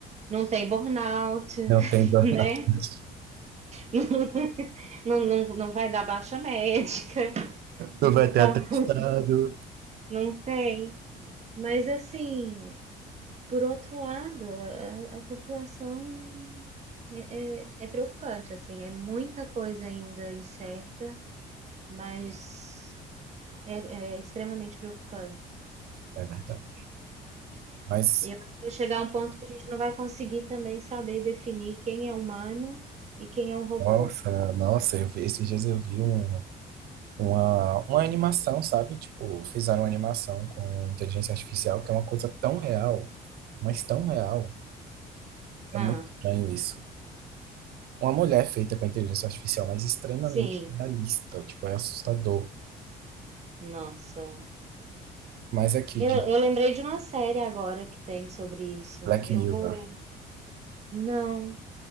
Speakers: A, on the right (about 40°); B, on the right (about 65°).
A: Não tem burnout, <laughs>
B: não tem dor
A: né?
B: na testa,
A: <laughs> não, não, não vai dar baixa médica, <laughs>
B: Não
A: então
B: vai ter atestado.
A: não tem. Mas assim, por outro lado, a, a população é, é, é preocupante, assim, é muita coisa ainda incerta, mas é, é extremamente preocupante.
B: É verdade. Mas,
A: E eu acho que vai chegar a um ponto que a gente não vai conseguir também saber definir quem é humano e quem é um robô,
B: nossa,
A: sabe?
B: nossa, eu vi, esses dias eu vi um, uma, uma animação, sabe? Tipo, fizeram uma animação com inteligência artificial, que é uma coisa tão real, mas tão real. É
A: Ah,
B: muito estranho isso. Uma mulher feita com inteligência artificial, mas extremamente
A: sim.
B: realista. Tipo, é assustador.
A: Nossa.
B: Mas aqui,
A: Eu,
B: de
A: eu lembrei de uma série agora que tem sobre isso.
B: Black
A: Eu
B: Mirror.
A: vou. Não.